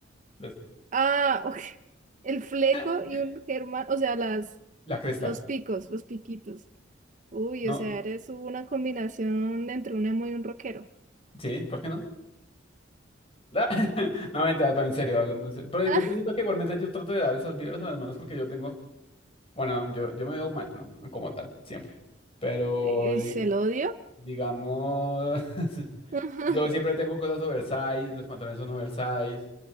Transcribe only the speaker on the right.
ah, ok. El fleco
y un germán, o sea, las,
los picos, los piquitos. Uy,
o sea, eres una combinación entre un emo y un rockero.
Ah,
¿es
el odio?
<laughs>